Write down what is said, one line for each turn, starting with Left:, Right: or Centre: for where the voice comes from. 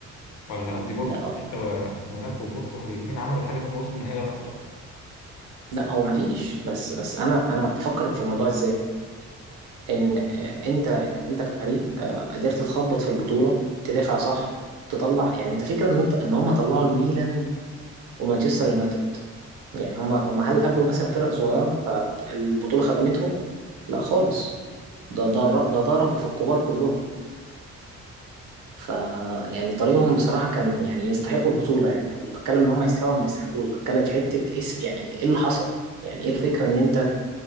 Left: ولا قصدي
Right: لا
Left: بورتو حتى موناكو وبورتو الاتنين عملوا حاجة إن هم وصلوا لنهائي دوري الأبطال
Right: لا هو ما فيش بس بس انا انا بفكر في الموضوع ازاي ان آه، انت انت كفريق آه، قدرت تخبط في البطولة تدافع صح تطلع يعني انت فكرة ان انت ان هم طلعوا الميلان ومانشستر يونايتد يعني هم هم هل قابلوا مثلا فرق صغيرة فالبطولة خدمتهم لا خالص ده ده ده ضربوا في الكبار كلهم ف يعني طريقهم بصراحة كان يعني يستحقوا البطولة يعني أنا مش بتكلم إن هم يستحقوا ولا ما يستحقوش بتكلم في حتة إس يعني إيه اللي حصل يعني إيه الفكرة إن أنت